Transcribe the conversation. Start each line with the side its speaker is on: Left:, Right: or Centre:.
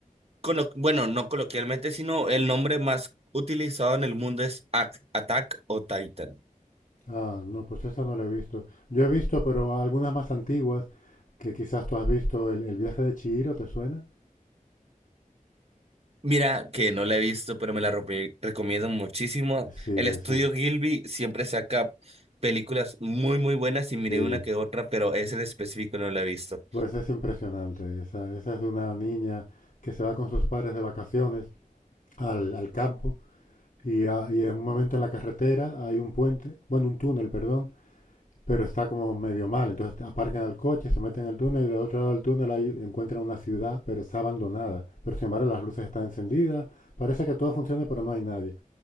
Right: colo- bueno, no coloquialmente, sino el nombre más utilizado en el mundo es Ac- Attack o Titan.
Left: Ah, no, pues esa no la he visto. Yo he visto, pero algunas más antiguas que quizás tú has visto, El, el viaje de Chihiro, ¿te suena?
Right: Mira, que no la he visto, pero me la re- recomiendo muchísimo.
Left: Sí, eh,
Right: El estudio
Left: sí,
Right: Gilby siempre saca películas muy, muy buenas y miré
Left: sí.
Right: una que otra, pero esa en específico no la he visto.
Left: Pues es impresionante. Esa, esa es de una niña que se va con sus padres de vacaciones al, al campo y, a- y en un momento en la carretera hay un puente, bueno, un túnel, perdón, pero está como medio mal. Entonces aparcan el coche, se meten en el túnel y del otro lado del túnel hay, encuentran una ciudad, pero está abandonada. Pero sin embargo las luces están encendidas, parece que todo funciona, pero no hay nadie.